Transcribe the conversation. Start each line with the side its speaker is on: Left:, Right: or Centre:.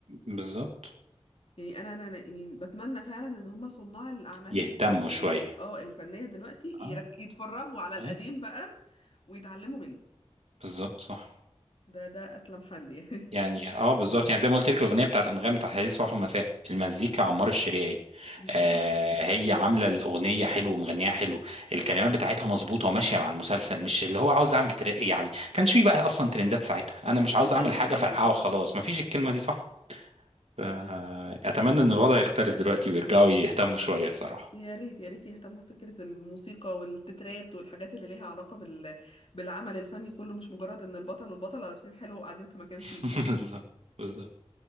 Right: بالظبط.
Left: يعني انا انا أنا يعني بتمنى فعلا ان هم صناع الاعمال
Right: يهتموا
Left: ال-
Right: شويه
Left: ال- اه الفنية دلوقتي يرك
Right: اه
Left: يتفرجوا على القديم
Right: أي،
Left: بقى ويتعلموا منه
Right: بالظبط صح
Left: ده ده اسلم حل يعني
Right: يعني اه بالظبط يعني زي ما قلت لك الاغنيه بتاعت انغام بتاعت حديث صباح ومساء المزيكا عمار الشريعي
Left: <laughs> بالظبط
Right: آه هي عامله الاغنيه حلو ومغنيها حلو الكلمات بتاعتها مظبوطه وماشيه مع المسلسل مش اللي هو عاوز اعمل تر... يعني كانش في بقى اصلا ترندات ساعتها
Left: ما
Right: انا
Left: كانش
Right: مش عاوز
Left: فيه
Right: اعمل
Left: كلمة
Right: حاجه
Left: ترند
Right: فرقعه
Left: دي
Right: وخلاص مفيش الكلمه دي صح ف- اتمنى ان الوضع يختلف دلوقتي ويرجعوا يهتموا شويه صراحه
Left: يا ريت يا ريت يهتموا بفكرة الموسيقى والتترات والحاجات اللي ليها علاقة بال... بالعمل الفني كله مش مجرد ان البطل والبطلة لابسين حلو وقاعدين في مكان
Right: <laughs>
Left: شيك يعني
Right: بالظبط بالظبط